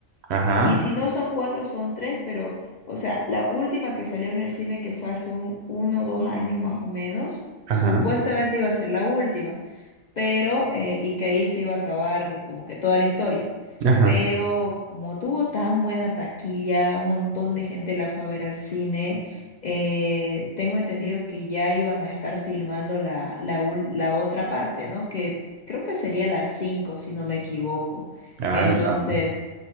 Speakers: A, on the right; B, on the left.
A: Ajá,
B: Y si no son cuatro, son tres, pero, o sea, la última que salió en el cine, que fue hace un, uno o dos años más o menos,
A: ajá,
B: supuestamente iba a ser la última, pero, eh, y que ahí se iba a acabar como que toda la historia.
A: ajá.
B: Pero como tuvo tan buena taquilla, un montón de gente la fue a ver al cine, eh, tengo entendido que ya iban a estar filmando la, la, ul- la otra parte, ¿no? Que creo que sería las cinco, si no me equivoco.
A: Ay,
B: Entonces...
A: mira vos.